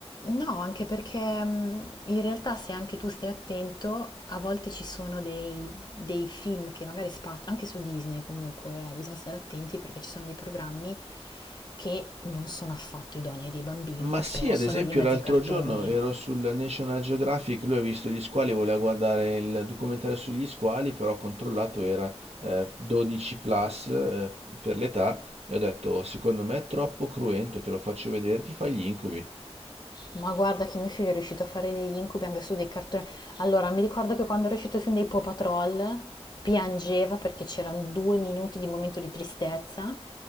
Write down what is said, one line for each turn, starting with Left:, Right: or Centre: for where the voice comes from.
Left: no, anche perché mm, in realtà se anche tu stai attento, a volte ci sono dei, dei film che magari spaziano, anche su Disney comunque, eh, bisogna stare attenti perché ci sono dei programmi che non sono affatto idonei dei bambini,
Right: Ma sì,
Left: però
Right: ad
Left: sono
Right: esempio
Left: lì in mezzo
Right: l'altro
Left: ai cartoni.
Right: giorno ero sul National Geographic, lui ha visto gli squali, voleva guardare il documentario sugli squali, però ho controllato era eh, 12 plus eh, per l'età e ho detto, secondo me è troppo cruento, te lo faccio vedere, ti fai gli incubi.
Left: Ma guarda che mio figlio è riuscito a fare degli incubi anche su dei cartoni. Allora, mi ricordo che quando era uscito il film dei Paw Patrol piangeva perché c'erano due minuti di momento di tristezza